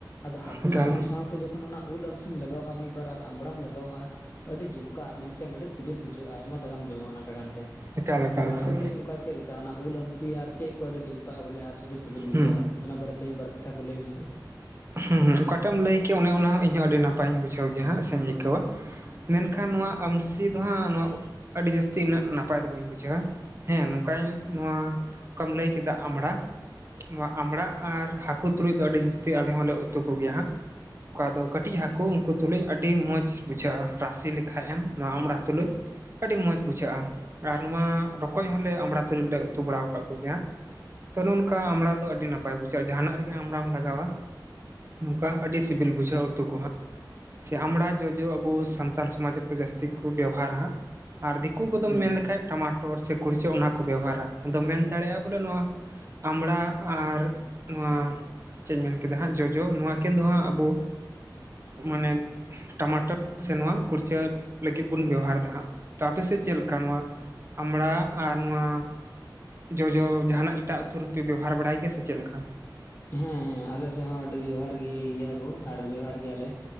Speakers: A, on the left; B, on the right.
A: ᱟᱫᱚ ᱦᱟᱹᱠᱩ
B: ᱮᱠᱟᱞ
A: ᱥᱟ ᱥᱟᱶᱛᱮ ᱡᱚᱠᱷᱚᱱ ᱚᱱᱟ ᱩᱞ ᱟᱢᱥᱤᱢ ᱞᱟᱜᱟᱣᱼᱟ᱾ ᱢᱤᱫ ᱵᱟᱨ ᱟᱨ ᱟᱢᱲᱟᱢ ᱞᱟᱜᱟᱣᱟᱜᱼᱟ, ᱛᱚ ᱟᱹᱰᱤ ᱡᱚᱢᱠᱟᱜᱼᱟ᱾ ᱢᱮᱱᱠᱷᱟᱱ ᱮᱠᱮ ᱟᱹᱰᱤ ᱥᱤᱵᱤᱞ ᱵᱩᱡᱷᱟᱹᱜᱼᱟ ᱟᱭᱢᱟ ᱫᱟᱜᱟᱢ ᱡᱚᱢᱟ ᱚᱱᱟᱟᱨᱚᱱ ᱛᱮ
B: ᱮᱠᱟᱞ ᱮᱠᱟᱞ
A: ᱛᱚ
B: ᱮᱠᱟᱞ
A: ᱟᱯᱮ ᱥᱮᱫ ᱚᱱᱠᱟ ᱪᱮᱫᱮᱠᱟ ᱩᱞ ᱟᱢᱥᱤ ᱟᱨ ᱪᱮᱫ ᱠᱚ ᱟᱹᱰᱤ ᱡᱚᱢᱠᱟᱜᱼᱟ ᱵᱚᱞᱮ ᱟᱨ ᱟᱹᱰᱤ ᱥᱤᱵᱤᱞ ᱵᱩᱡᱷᱟᱹᱜᱼᱟ᱾
B: ᱦᱩᱸ
A: ᱚᱱᱟ ᱵᱟᱨᱮ ᱛᱮ ᱢᱤᱫ ᱵᱟᱨ ᱠᱟᱛᱷᱟ ᱠᱚ ᱞᱟᱹᱭ ᱢᱮᱥᱮ
B: ᱦᱩᱸ ᱦᱚᱸ ᱚᱠᱟᱴᱟᱜ ᱮᱢ ᱞᱟᱹᱭ ᱠᱮᱫᱮ ᱚᱱᱮ ᱚᱱᱟᱦᱚᱸ ᱤᱧᱦᱚᱸ ᱟᱹᱰᱤ ᱱᱟ ᱱᱟᱯᱟᱭᱤᱧ ᱵᱩᱡᱷᱟᱹᱣ ᱜᱮᱭᱟ ᱦᱟᱸᱜ᱾ ᱥᱮᱧ ᱟᱹᱭᱠᱟᱹᱣᱟ ᱢᱮᱱᱠᱷᱟᱱ ᱱᱚᱣᱟ ᱟᱢᱥᱤ ᱫᱚ ᱦᱟᱸᱜ ᱱᱚᱣᱟ ᱟᱹᱰᱤ ᱡᱟᱹᱥᱛᱤ ᱛᱤᱱᱟᱹᱜ ᱱᱟᱯᱟᱭ ᱫᱚ ᱵᱟᱹᱧ ᱵᱩᱡᱷᱟᱹᱣᱟ ᱦᱮᱸ ᱱᱚᱱᱠᱟᱧ ᱱᱚᱣᱟ ᱠᱚᱢ ᱞᱟᱹᱭ ᱠᱮᱫᱟ ᱟᱢᱲᱟ᱾ ᱱᱚᱣᱟ ᱟᱢᱲᱟ ᱟᱨ ᱦᱟᱹᱠᱩ ᱛᱩᱞᱩᱡ ᱫᱚ ᱟᱹᱰᱤ ᱡᱟᱹᱥᱛᱤ ᱟ ᱦᱚᱞ ᱞᱮ ᱩᱛᱩ ᱠᱚᱜᱮᱭᱟ ᱦᱟᱸᱜ᱾ ᱚᱠᱟ ᱫᱚ ᱠᱟᱹᱴᱤᱡ ᱦᱟᱹᱠᱩ ᱩᱱᱠᱩ ᱛᱩᱞᱩᱡ ᱟᱹᱰᱤ ᱢᱚᱸᱡᱽ ᱵᱩᱡᱷᱟᱹᱜᱼᱟ᱾ ᱨᱟᱥᱮ ᱞᱮᱠᱷᱟᱡ ᱮᱢ ᱱᱚᱣᱟ ᱟᱢᱲᱟ ᱛᱩᱞᱩᱡ ᱟᱹᱰᱤ ᱢᱚᱸᱡᱽ ᱵᱩᱡᱷᱟᱹᱜᱼᱟ ᱟᱨ ᱱᱚᱣᱟ ᱨᱚᱠᱚᱡ ᱦᱚᱸᱞᱮ ᱟᱢᱲᱟ ᱛᱩᱞᱩᱡ ᱞᱮ ᱩᱛᱩ ᱵᱟᱲ ᱠᱟᱜ ᱠᱚᱜᱮᱭᱟ᱾ ᱛᱚ ᱱᱚᱱᱠᱟ ᱟᱢᱲᱟ ᱫᱚ ᱟᱹᱰᱤ ᱱᱟᱯᱟᱭ ᱵᱩᱡᱷᱟᱹᱜᱼᱟ᱾ ᱡᱟᱦᱟᱱᱟᱜ ᱨᱮᱜᱮ ᱟᱢᱲᱟᱢ ᱞᱟᱜᱟᱣᱟ᱾ ᱱᱚᱱᱠᱟ ᱟᱹᱰᱤ ᱥᱤᱵᱤᱞ ᱵᱩᱡᱷᱟᱹᱜᱼᱟ, ᱩᱛᱩ ᱠᱚᱦᱟ ᱥᱮ ᱟᱢᱲᱟ ᱡᱚᱡᱚ ᱟᱵᱚ ᱥᱟᱱᱛᱟᱲ ᱥᱚᱢᱟᱡᱽ ᱨᱮᱫᱚ ᱡᱟᱹᱥᱛᱤ ᱠᱚ ᱵᱮᱣᱦᱟᱨᱟ ᱟᱨ ᱫᱤᱠᱩ ᱠᱚᱫᱚᱢ
A: ᱦᱮᱸ
B: ᱢᱮᱱ ᱞᱮᱠᱷᱟᱡ ᱴᱟᱢᱟᱴᱚᱨ ᱥᱮ ᱠᱩᱲᱪᱟᱹ ᱚᱱᱟ ᱠᱚ ᱵᱮᱵᱚᱦᱟᱨᱟ ᱟᱫᱚ ᱢᱮᱱ ᱫᱟᱲᱮᱭᱟᱜᱼᱟ᱾ ᱵᱚᱞᱮ ᱱᱚᱣᱟ ᱟᱢᱲᱟ ᱟᱨ ᱱᱚᱣᱟ ᱪᱮᱫ ᱤᱧ ᱢᱮᱱ ᱠᱮᱫᱟ ᱦᱟᱸᱜ ᱡᱚᱡᱚ ᱱᱚᱣᱟ ᱠᱤᱱ ᱫᱚ ᱦᱟᱸᱜ ᱟᱵᱚ ᱢᱟᱱᱮ ᱴᱟᱢᱟᱴᱳ ᱥᱮ ᱱᱚᱣᱟ ᱠᱩᱲᱪᱟᱹ ᱞᱟᱹᱜᱤᱫ ᱵᱚᱱ ᱵᱮᱣᱦᱟᱨ ᱮᱫᱟ ᱦᱟᱸᱜ ᱛᱚ ᱟᱯᱮ ᱥᱮᱫ ᱪᱮᱫ ᱞᱮᱠᱟ ᱱᱚᱣᱟ ᱟᱢᱲᱟ ᱟᱨ ᱱᱚᱣᱟ ᱡᱚᱡᱚ ᱡᱟᱦᱟᱱᱟᱜ ᱮᱴᱟᱜᱛ ᱨᱮᱯᱮ ᱵᱮᱵᱚᱦᱟᱨ ᱵᱟᱲᱟᱭ ᱜᱮᱭᱟ ᱥᱮ ᱪᱮᱫ ᱞᱮᱠᱟ?
A: ᱦᱮᱸ ᱦᱮᱸ ᱟᱞᱮ ᱮᱥᱮᱫ ᱦᱚᱸ ᱟᱹᱰᱤ ᱵᱮᱵᱚᱦᱟᱨ ᱜᱮ ᱜᱮᱭᱟ ᱠᱚ ᱟᱨ ᱵᱮᱵᱟᱨ ᱜᱮᱭᱟᱞᱮ